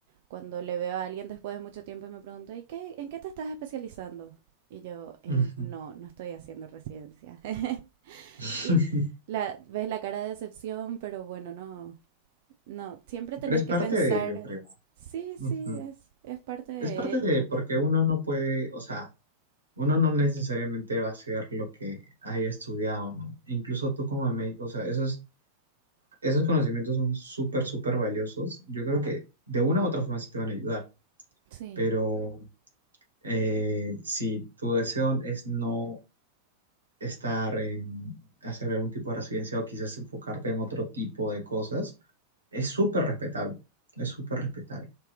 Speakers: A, on the right; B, on the right.
A: cuando le veo a alguien después de mucho tiempo y me pregunto, ¿y qué, en qué te estás especializando? Y yo, "Em,
B: Ujú.
A: no, no estoy haciendo residencia. <laughs>
B: <laughs>
A: Y la, ves la cara de decepción, pero bueno, no, no, siempre tenés
B: Pero es parte
A: que pensar,
B: de ello, creo.
A: sí, sí,
B: Ujú.
A: es, es parte de
B: Es parte de
A: ello.
B: porque uno no puede, o sea, Uno no necesariamente va a ser lo que haya estudiado, ¿no? Incluso tú como médico, o sea, esos, esos conocimientos son súper, súper valiosos. Yo creo que de una u otra forma sí te van a ayudar,
A: Sí.
B: pero eh, si tu deseo es no estar en hacer algún tipo de residencia o quizás enfocarte en otro tipo de cosas, es súper respetable, es súper respetable.